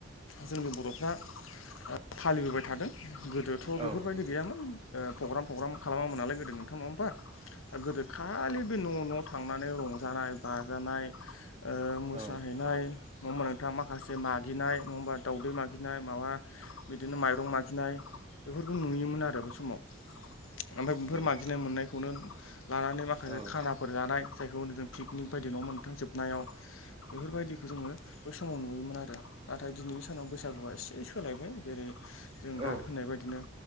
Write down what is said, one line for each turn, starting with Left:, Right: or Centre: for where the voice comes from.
Left: जोंनि बर'फ्रा ओ फालिबो बोबाय थादों गोदोथ'
Right: आरो
Left: बेफोरबायदि गैयामोन ओ प्रग्राम प्रग्राम खालामामोन नालाय गोदो नोंथां नङा होमबा ओ गोदो खालि बे न' न' थांनानै रंजानाय बाजानाय ओ मोसाहै
Right: ओ
Left: नाय नङाहोनबा नोंथाङा माखासे मागिनाय नङाहोनबा माखासे दावदै मागिनाय माबा बिदि माइरं मागि नाय बेफोरखौ नुयोन आरो बे समाव ओमफ्राय बेफोर मागिनो
Right: बे
Left: मोन्नायखौनो ला लानानै माखासे
Right: समाव
Left: खानाफोर जानाय जायखौ जों पिकनिक बायदि नङ मोन नोंथां जोबनायाव बेफोरबायदिखौ जों आङो बै समाव नुयोमोन आरो नाथाय दिनैनि सानाव बैसागुआ एसे सोलायबाय जेरै जों दा
Right: बेयाव
Left: होननाय बायदिनो